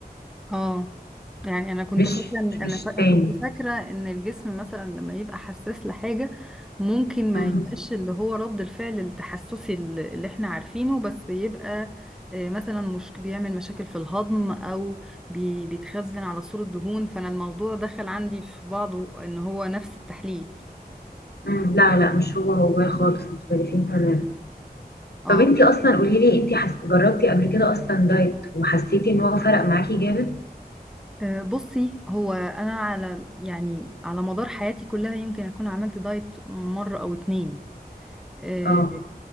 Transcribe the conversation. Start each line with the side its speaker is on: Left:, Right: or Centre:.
Centre: اه يعني انا كنت
Left: مش
Centre: فاكره ان
Left: مش
Centre: انا فا...
Left: تاني
Centre: أنا كنت فاكره ان الجسم مثلا لما يبقى حساس لحاجه ممكن ما
Left: مم.
Centre: يبقاش اللي هو رد الفعل التحسسي ال- اللي احنا عارفينه بس يبقى آه، مثلا مش بيعمل مشاكل في الهضم او بي... بيتخزن على صورة دهون فانا الموضوع دخل عندي في بعضه ان هو نفس التحليل
Left: مم، لا لا مش هو هو خالص مختلفين تماما
Centre: اه
Left: طب انتي اصلا قولي لي انتي حس... جربتي قبل كده اصلا دايت وحسيتي ان هو فرق معاكي جامد
Centre: آه، بصي هو انا على يعني على مدار حياتي كلها يمكن اكون عملت دايت مره او اتنين آه،
Left: اه